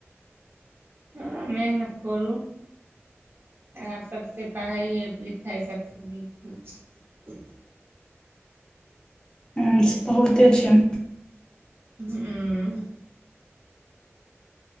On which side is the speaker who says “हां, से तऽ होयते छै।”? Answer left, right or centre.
Left